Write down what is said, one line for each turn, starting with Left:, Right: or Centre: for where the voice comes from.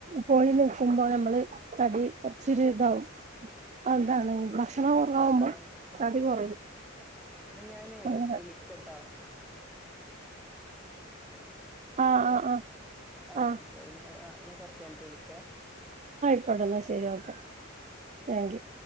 Right: പോയി നിൽക്കുമ്പോ നമ്മള് തടി കൊറച്ചൊ ഇതാവും അതാണ് ഭക്ഷണം കുറവാകുമ്പോൾ
Centre: ആഹ് ആഹ്
Right: തടി കുറയും
Centre: ഞാനേ
Right: അങ്ങനെ
Centre: വിളിക്കട്ടാ
Right: ആഹ്
Centre: ഹലോ
Right: ആഹ് ആഹ്
Centre: ആ
Right: ആഹ്
Centre: ശരി ആ ഞാൻ കൊറച്ച് കഴിഞ്ഞിട്ട് വിളിക്കെ-
Right: അവിടന്ന് ശരി ഓക്കെ താങ്ക് യു